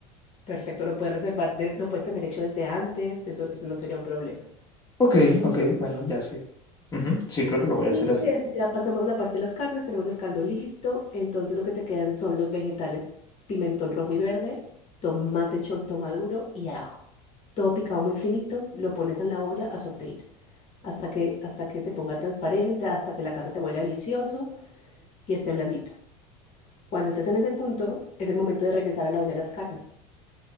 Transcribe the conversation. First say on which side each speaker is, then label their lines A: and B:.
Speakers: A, on the left (about 45°); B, on the left (about 25°).
A: Perfecto, lo puedes reservar, de- lo puedes tener hecho desde antes, eso, eso no sería un problema.
B: Ok, ok, bueno, ya sé. Ujú, Sí, creo que lo voy
A: Y
B: a hacer así.
A: es- ya pasamos la parte de las carnes, tenemos el caldo listo, entonces lo que te quedan son los vegetales, pimentón rojo y verde, tomate chonto maduro y ajo. Todo picado muy finito, lo pones en la olla a sofreír hasta que, hasta que se ponga transparente, hasta que la casa te huela delicioso y esté blandito. Cuando estés en ese punto, es el momento de regresar a la olla de las carnes.